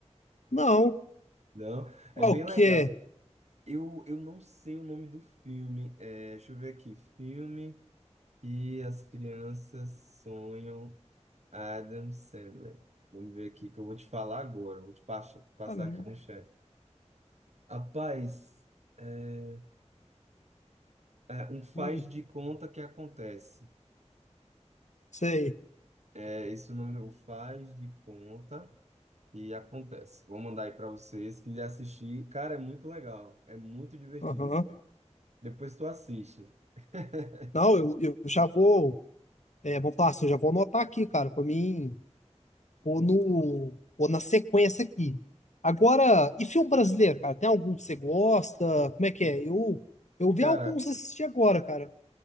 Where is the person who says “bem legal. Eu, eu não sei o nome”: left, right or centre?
Right